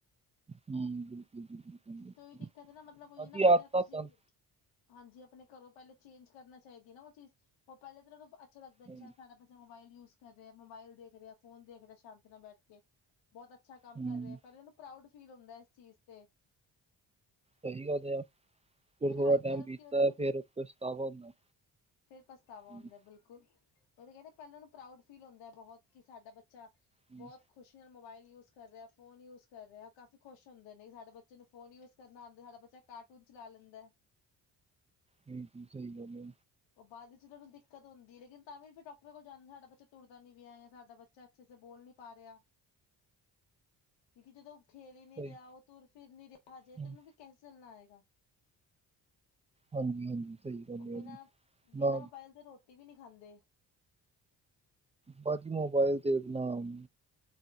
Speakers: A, on the right (about 15°); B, on the left (about 85°).
A: ਹੂੰ ਬਿਲਕੁਲ ਜੀ ਬਿਲਕੁਲ
B: ਕੋਈ ਦਿੱਕਤ ਨਾ ਮਤਲਬ ਕੋਈ
A: ਅਸੀਂ
B: ਨਾ ਪਲਿਆ
A: ਆਦਤਾਂ
B: ਤੁਸੀਂ
A: ਗੰਦ
B: ਹਾਂਜੀ ਆਪਣੇ ਘਰੋਂ ਪਹਿਲੇ ਚੇਂਜ ਕਰਨਾ ਚਾਹੀਦੀ ਨਾ ਉਹ ਚੀਜ਼ ਉਹ ਪਹਿਲਾਂ ਤਾਂ ਓਨ੍ਹਾ ਨੂੰ ਅੱਛਾ ਲੱਗਦਾ ਏ ਕਿ
A: ਹੂੰ
B: ਸ਼ਾਇਦ ਸਾਡਾ ਬੱਚਾ ਮੋਬਾਇਲ ਯੂਜ ਕਰ ਰਿਹਾ ਮੋਬਲ ਦੇਖ ਦੇਖ ਰਿਹਾ ਫੋਨ ਦੇਖ ਰਿਹਾ ਸ਼ਾਂਤੀ ਨਾਲ ਬੈਠ ਕੇ। ਬਹੁਤ ਅੱਛਾ ਕੰਮ
A: ਹੂੰ
B: ਕਰ ਰਿਹਾ, ਪਹਿਲੇ ਉਹਨੂੰ ਪ੍ਰਾਉਡ ਫੀਲ ਹੁੰਦਾ ਇਸ ਚੀਜ਼ ਤੇ।
A: ਸਹੀ ਗੱਲ ਆ ਫੇਰ ਥੋੜਾ
B: ਹਲਕੇ
A: ਟਾਈਮ
B: ਹਲਕੇ
A: ਬੀਤਦਾ
B: ਉਹਨਾਂ
A: ਏ ਫੇਰ ਪਛਤਾਵਾ ਹੁੰਦਾ।
B: ਫ਼ੇਰ ਪਛਤਾਵਾ
A: ਹੂੰ,
B: ਹਉਂਦਾ ਬਿਲਕੁਲ। ਉਹ ਤੇ ਕਹਿੰਦੇ ਪਹਿਲੇ ਉਹਨਾ ਨੂੰ ਪ੍ਰਾਊਡ ਫੀਲ ਹੁੰਦਾ ਬਹੁਤ ਕਿ ਸਾਡਾ ਬੱਚਾ
A: ਹੂੰ,
B: ਬਹੁਤ ਖੁਸ਼ੀ ਨਾਲ ਮੋਬਾਇਲ ਯੂਜ ਕਰ ਰਿਹਾ, ਫੋਨ ਯੂਜ ਕਰ ਰਿਹਾ। ਉਹ ਕਾਫ਼ੀ ਖੁਸ਼ ਹੁੰਦੇ ਨੇ ਸਾਡੇ ਬੱਚੇ ਨੂੰ ਫੋਨ ਯੂਜ ਕਰਨਾ ਆਂਦਾ ਸਾਡਾ ਬੱਚਾ ਕਾਰਟੂਨ ਚਲਾ ਲੈਂਦਾ
A: ਨਹੀਂ ਜ ਸਹੀ ਗੱਲ ਹੈ।
B: ਉਹ ਬਾਅਦ ਚ ਉਹਨ ਨੂੰ ਦਿੱਕਤ ਹੁੰਦੀ ਹੈ। ਲੇਕਿਨ ਤਾਂ ਵੀ ਫਿਰ ਡਾਕਟਰ ਕੋਲ ਜਾਂਦੇ ਸਾਡਾ ਬੱਚਾ ਤੁਰਦਾ ਨ ਪ ਜਾਂ ਸਾਡਾ ਬੱਚਾ ਅੱਛੇ ਬੋਲ ਨਹੀ ਪਾ ਰਿਹਾ ਕਿਉਂਕਿ ਜਦੋਂ ਖੇਲ ਹੀ ਨਹੀ
A: ਸਹੀ
B: ਰਿਹਾ ਉਹ ਤ ਫਿਰ ਨੀ ਰਿਹਾ ਜਾਜੇ ਤੇ
A: ਹੂੰ,
B: ਉਹਨੂੰ ਫਿਰ ਕੈਸੇ ਚੱਲਣਾ ਆਏਗਾ
A: ਹਾਂਜੀ ਹਾਂਜੀ। ਸਹੀ ਗੱਲ
B: ਉਹ ਬਿਨਾਂ
A: ਹੈ ਜੀ
B: ਬਿਨਾਂ
A: ਨਾ
B: ਮੋਬਾਇਲ ਦੇ ਰੋਟੀ ਵੀ ਨਹੀ ਖਾਂਦੇ
A: ਬਾਕੀ ਮੋਬਾਈਲ ਤੇ ਇਨਾਮ